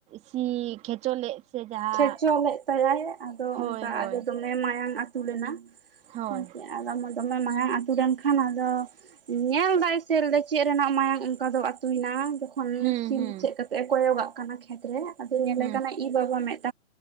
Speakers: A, on the right; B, on the right.
A: ᱥᱤ ᱠᱷᱮᱪᱚ ᱞᱮᱫ ᱥᱮ ᱡᱟᱦᱟᱸ
B: ᱠᱷᱮᱪᱚ ᱞᱮᱫ ᱛᱟᱭᱟᱭ ᱟᱫᱚ
A: ᱦᱳᱭ
B: ᱚᱱᱠᱟ
A: ᱦᱳᱭ
B: ᱫᱚᱢᱮ ᱢᱟᱭᱟᱝ ᱟᱹᱛᱩ ᱞᱮᱱᱟ
A: ᱦᱳᱭ
B: ᱦᱮᱸᱥᱮ ᱟᱫᱚ <unintelligible> ᱫᱚᱢᱮ ᱢᱟᱭᱟᱝ ᱟᱹᱛᱩ ᱞᱮᱱ ᱠᱷᱟᱱ ᱟᱫᱚ ᱧᱮᱞᱫᱟᱭ ᱥᱮ ᱞᱟᱭ ᱪᱮᱫ ᱨᱮᱱᱟᱜ ᱢᱟᱭᱟᱝ ᱚᱱᱠᱟ ᱫᱚ ᱟᱹᱛᱩᱭᱮᱱᱟ
A: ᱦᱩᱸ
B: ᱥᱤ
A: ᱦᱩᱸ
B: ᱢᱩᱪᱟᱹᱫ ᱠᱟᱛᱮ ᱮ ᱠᱚᱭᱚᱜᱟᱜ ᱠᱟᱱᱟ ᱠᱷᱮᱛ ᱨᱮ ᱟᱫᱚ ᱧᱮᱞᱮ
A: ᱦᱩᱸ
B: ᱠᱟᱱᱟ ᱤ ᱵᱟᱵᱟ ᱢᱮᱫ